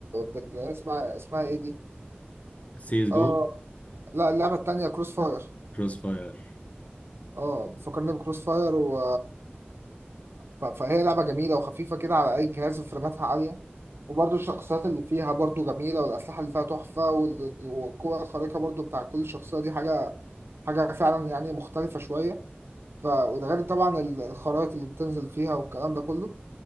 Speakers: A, on the right (about 75°); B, on the left (about 35°).
A: بال- اسمها اسمها ايه دي
B: سي اس
A: آه،
B: جو
A: لا اللعبة التانية كروس فاير
B: كروس فاير
A: اه بتفكرني بكروس فاير و ف- فهي لعبة جميلة وخفيفة كده على أي جهاز وفريماتها عالية وبرضه الشخصيات اللي فيها برضه جميلة والأسلحة اللي فيها تحفة وال- والقوة الخارقة برضه بتاع كل شخصية دي حاجة حاجة فعلا يعني مختلفة شوية ف وده غير طبعا ال- الخرائط اللي بتنزل فيها والكلام ده كله